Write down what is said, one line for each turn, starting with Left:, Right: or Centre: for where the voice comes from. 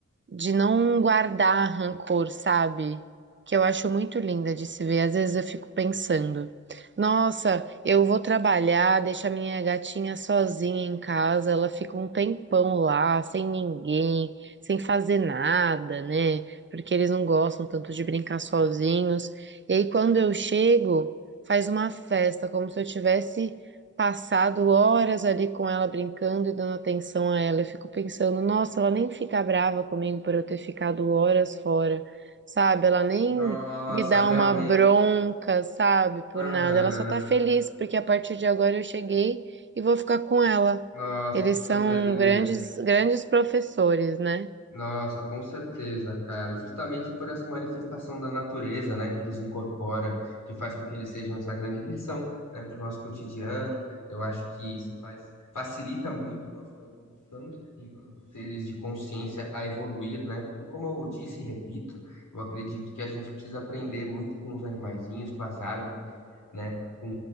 Right: de não guardar rancor, sabe? Que eu acho muito linda de se ver. Às vezes eu fico pensando, nossa, eu vou trabalhar, deixo a minha gatinha sozinha em casa, ela fica um tempão lá, sem ninguém, sem fazer nada, né? Porque eles não gostam tanto de brincar sozinhos. E aí quando eu chego, faz uma festa, como se eu tivesse passado horas ali com ela brincando e dando atenção a ela. Eu fico pensando, nossa, ela nem fica brava comigo por eu ter ficado horas fora, sabe? Ela nem
Left: Nossa,
Right: me dá
Left: realmente.
Right: uma bronca, sabe? Por
Left: Aham.
Right: nada. Ela só tá feliz porque a partir de agora eu cheguei e vou ficar com ela.
Left: Nossa,
Right: Eles
Left: que coisa
Right: são
Left: linda.
Right: grandes, grandes professores, né?
Left: Nossa, com certeza, cara. Justamente por essa manifestação da natureza, né, que os incorpora, que faz com que eles sejam essa grande lição, né, para o nosso cotidiano. Eu acho que isso faz facilita muito nossa evolução enquanto seres de consciência a evoluir, né? Porque como eu disse e repito, eu acredito que a gente precisa aprender muito com os animaizinhos, com as árvores, né? Com,